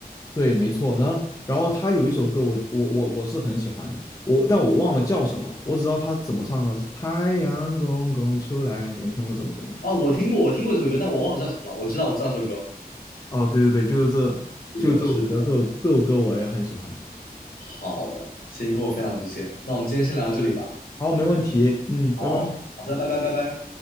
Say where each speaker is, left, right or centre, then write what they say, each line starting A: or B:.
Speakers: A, on the left; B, on the left.
A: 对，没错。然后，然后他有一首歌我，我我我是很喜欢的，我但我忘了叫什么，我只知道他怎么唱的，是太阳公公出来呀。你有听过这首歌吗？
B: 啊。我听过，我听过这首歌，但我忘了叫什么了。我知道，我知道这首歌。
A: 哦，对对对，就是这，
B: 是的，
A: 就这首歌，
B: 是的
A: 这首这首歌我也很喜欢。
B: 好的，先跟我分享这些，那我们今天先聊到这里吧。
A: 好，没问题。嗯，
B: 好，
A: 拜拜。
B: 好的，拜拜，拜拜。